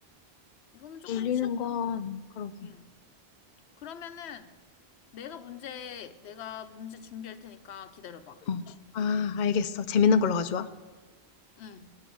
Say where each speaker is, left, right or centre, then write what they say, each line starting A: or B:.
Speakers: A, on the left; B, on the left.
A: 이거는
B: 졸리는
A: 조금 쉬었다.
B: 건 그러게.
A: 음. 그러면은, 내가 문제, 내가 문제 준비할 테니까 기다려봐.
B: 어. 아, 알겠어. 재밌는 걸로 가져와.
A: 응.